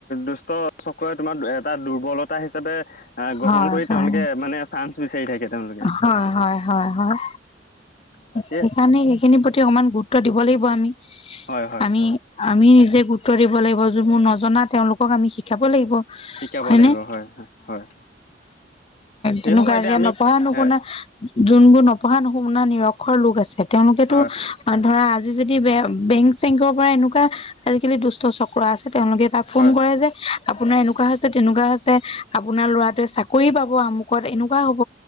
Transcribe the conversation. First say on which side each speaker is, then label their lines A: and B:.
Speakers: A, on the left; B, on the left.
A: দুষ্ট চক্ৰৰে তোমাৰ এটা দুৰ্বলতা হিচাপে আহ গ্ৰহণ
B: হয়
A: কৰি
B: হয়
A: তেওঁলোকে মানে চান্স বিচাৰি থাকে তেওঁলোক
B: হয়, হয়, হয়, হয়,
A: তাকে
B: সেইকাৰণে সে- সেইখিনিৰ প্ৰতি অকমান গুৰুত্ব দিব লাগিব আমি।
A: হয় হয়
B: আমি
A: হয়
B: আমি নিজে গুৰুত্ব দিব লাগিব যোন মোৰ নজনা তেওঁলোকক আমি শিকাব লাগিব।
A: শিকাব
B: হয়নে
A: লাগিব হয়, হয়, হয়, হয়, সেই
B: তেনেকুৱা
A: সময়তে
B: এতিয়া
A: আমি
B: নপঢ়া নুশুনা
A: এ
B: যোনবোৰ নপঢ়া নশুনা নিৰক্ষৰ লোক আছে তেওঁলোকেতো
A: হয়
B: ধৰা আজি যদি বে বেংক চেংকৰ পৰা এনেকুৱা আজিকালি দুষ্ট চক্ৰ আছে তেওঁলোকে তাপ
A: হয়
B: ফোন কৰে যে আপোনাৰ এনেকুৱা হৈছে তেনেকুৱা হৈছে। আপোনাৰ লৰাটোৱে চাকৰি পাব আমুকত এনেকুৱা হ'ব।